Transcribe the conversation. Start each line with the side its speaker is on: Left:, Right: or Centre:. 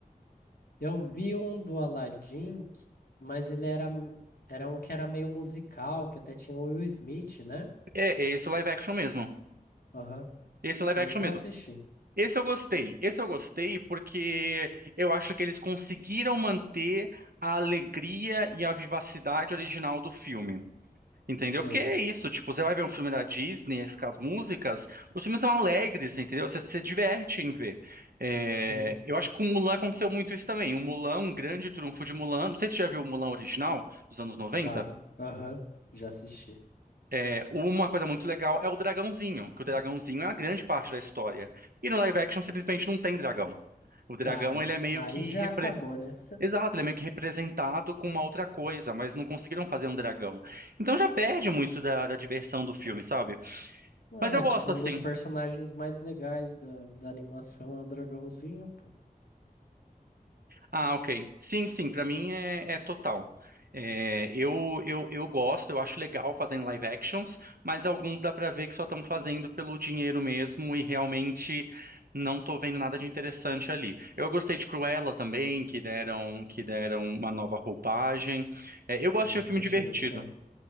Left: Eu vi um do Aladdin, que- mas ele era, era um que era meio musical, que até tinha o Will Smith, né?
Right: É, é esse o live action mesmo.
Left: Aham.
Right: Esse é o live
Left: Esse
Right: action mesmo.
Left: eu assisti.
Right: Esse eu gostei. Esse eu gostei porque eu acho que eles conseguiram manter a alegria e a vivacidade original do filme. Entendeu?
Left: Sei.
Right: Porque é isso, tipo, você vai ver um filme da Disney, as com as músicas, os filmes são alegres, entendeu? Você se diverte em ver. É,
Left: Sim,
Right: Eu acho que com Mulan aconteceu muito isso também. O Mulan, um grande trunfo de Mulan, não sei se você já viu o Mulan original, dos anos 90.
Left: claro. Aham, já assisti.
Right: É, uma coisa muito legal é o dragãozinho, que o dragãozinho é a grande parte da história. E no live action simplesmente não tem dragão. O dragão,
Left: Ah,
Right: ele é meio
Left: aí
Right: que
Left: já
Right: repre-
Left: acabou, né?
Right: Exato, ele é meio que representado com uma outra coisa, mas não conseguiram fazer um dragão. Então já perde muito da, da diversão do filme, sabe?
Left: Não,
Right: Mas eu
Left: é
Right: gosto
Left: tipo um
Right: assim.
Left: dos personagens mais legais da, da animação, é o dragãozinho, pô.
Right: Ah, ok. Sim, sim, pra mim é, é total. É, eu, eu, eu gosto, eu acho legal fazendo live actions, mas alguns dá pra ver que só estão fazendo pelo dinheiro mesmo e realmente não tô vendo nada de interessante ali. Eu gostei de Cruella também, que deram, que deram uma nova roupagem. É, eu gosto
Left: Nossa,
Right: de filme
Left: achei
Right: divertido.
Left: muito bom.